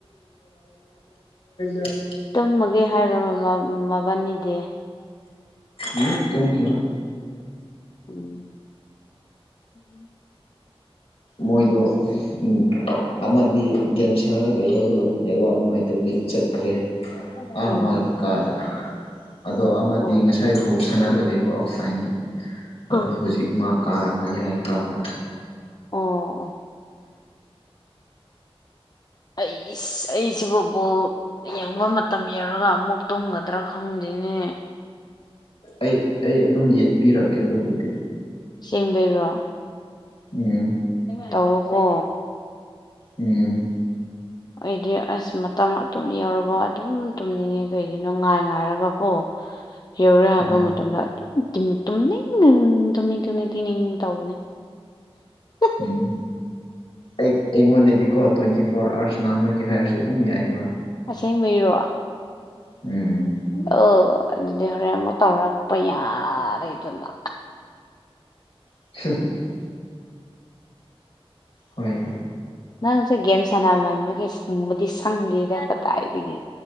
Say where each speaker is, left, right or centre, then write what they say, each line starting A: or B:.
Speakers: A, on the left; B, on the left.
A: <unintelligible>
B: ꯇꯨꯝꯃꯒꯦ ꯍꯥꯏꯔꯣ ꯕ ꯃꯕꯥꯟꯅꯤꯗꯤ
A: ꯎꯝ ꯇꯨꯝꯈꯤꯔꯣꯏ
B: ꯎꯝ <inaudible>
A: ꯃꯣꯏꯗꯣ ꯎꯝ ꯑꯃꯗꯤ ꯒꯦꯝ ꯁꯦꯅꯔ ꯂꯩꯌꯦ ꯑꯗꯨꯕꯨ ꯅꯦꯋꯥꯛ ꯅꯨꯡꯉꯥꯏꯇꯕꯒꯤ ꯆꯠꯈ꯭ꯔꯦ
B: ꯎꯝ.
A: ꯑꯥ ꯃꯥꯒꯤ ꯀꯥꯗ ꯑꯗꯣ ꯑꯃꯗꯤ
B: ꯑꯣ
A: ꯉꯁꯥꯏ ꯕꯣꯜ ꯁꯥꯟꯅꯔꯒ ꯂꯩꯕ ꯑꯣꯐꯂꯥꯏꯟꯒꯤ
B: ꯑꯣ
A: ꯑꯗꯣ ꯍꯨꯖꯤꯛ ꯃꯥ ꯀꯥꯔꯝꯃꯒꯦ ꯍꯥꯏ ꯀꯥꯗ
B: ꯑꯣ ꯑꯣ ꯑꯩꯁ ꯑꯩꯁꯤꯕꯨ ꯕꯣꯜ ꯌꯦꯡꯕ ꯃꯇꯝ ꯌꯧꯔꯒ ꯑꯃꯨꯛ ꯇꯨꯝꯒꯗ꯭ꯔꯥ ꯈꯪꯗꯦꯅꯦ
A: ꯑꯩ ꯑꯩ ꯑꯗꯨꯝ ꯌꯦꯠꯄꯤꯔꯛꯀꯦ ꯑꯗꯨꯕꯨꯗꯤ
B: ꯑꯆꯦꯡꯕꯩꯔꯣ
A: ꯎꯝ
B: ꯇꯧꯑꯣꯀꯣ
A: ꯎꯝ
B: ꯑꯩꯗꯤ ꯑꯁ ꯃꯇꯝ ꯑꯗꯨꯝ ꯌꯧꯔꯕ ꯑꯗꯨꯝ ꯇꯨꯝꯅꯤꯡꯉꯤ ꯀꯩꯒꯤꯅꯣ ꯉꯥꯏ ꯉꯥꯏꯔꯒꯀꯣ <inaudible> ꯌꯧꯔꯦ ꯍꯥꯏꯕ
A: ꯍꯣꯏ
B: ꯃꯇꯝꯗ ꯑꯗꯨꯝ ꯇꯤꯝ ꯇꯨꯝꯅꯤꯡ ꯇꯨꯝꯅꯤꯡ ꯇꯨꯝꯅꯤꯡ ꯇꯤꯅꯤꯡ ꯇꯧꯕꯅꯤꯅꯦ <inaudible>
A: ꯎꯝ ꯑꯩ ꯑꯩꯉꯣꯟꯗꯗꯤꯀꯣ ꯇ꯭ꯋꯦꯟꯇꯤ ꯐꯣꯔ ꯑꯥꯋ꯭ꯔꯁ ꯉꯥꯡꯅꯒꯦ ꯍꯥꯏꯔꯁꯨ ꯑꯗꯨꯝ ꯌꯥꯏꯌꯦꯕ
B: ꯑꯁꯦꯡꯕꯩꯔꯣ
A: ꯎꯝ
B: ꯑꯣ ꯑꯗꯨꯗꯤ ꯍꯣꯔꯦꯟ ꯑꯃꯨꯛ ꯇꯧꯔꯛꯄ ꯌꯥꯔꯦꯗꯅ
A: <unintelligible> ꯍꯣꯏ
B: ꯅꯪꯁꯨ ꯒꯦꯝ ꯁꯥꯟꯅꯃꯟꯕꯒꯤ ꯁꯪꯕꯗꯤ ꯁꯪꯗꯦꯗ ꯀꯗꯥꯏꯗꯒꯤ